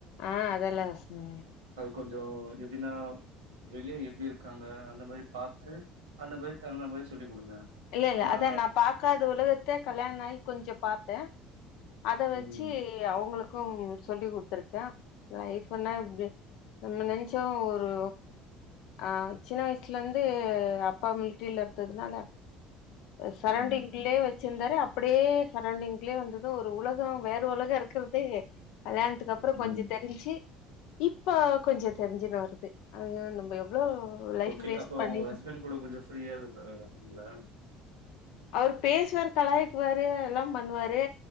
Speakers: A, on the left; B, on the right.
A: ஆஹ் அதெல்லாம் ஸ்மி
B: கொஞ்சம் எப்படின்னா வெளியே எப்டி இருக்காங்க அந்த மாரி பாத்து அந்த மாரி தகுந்த மாரி சொல்லி குடுங்க
A: இல்ல இல்ல
B: ஏன்னா
A: அதான் நான் பாக்காத உலகத்த கல்யாணம் ஆகி கொஞ்சம் பார்த்தேன் அத வச்சு
B: ம்
A: அவங்களுக்கு சொல்லி் கொடுத்துருக்கேன் லைப்னா எப்டி நம்ம நினச்சம் ஒரு ஆஹ் சின்ன வயசுல இருந்து அப்பா மிலிட்ரில இருந்ததுனால சரௌண்டிங்லே
B: ம்
A: வச் ச்சந்தாரு அப்படியே சரௌண்டிங்லேயே வந்ததும் ஒரு உலகம் வேற உலகம் இருக்கறதே கல்யாணத்துக்கு அப்புறம் கொஞ்சம்
B: ம்
A: தெரிஞ்சு இப்ப கொஞ்சம் தெரிஞ்சுட்டு வருது அதது நம்ம எவ்ளோ லைஃப்
B: ஓகே
A: வேஸ்ட்
B: அப்போ
A: பண்ணிட்டோ
B: உங்க ஹஸ்பண்ட் கூட கொஞ்சம் ஃப்ரீயா விடுவாரா உங்கள
A: அவர் பேசுவாரு கலாயக்குவாரு எல்லாம் பண்ணுவாரு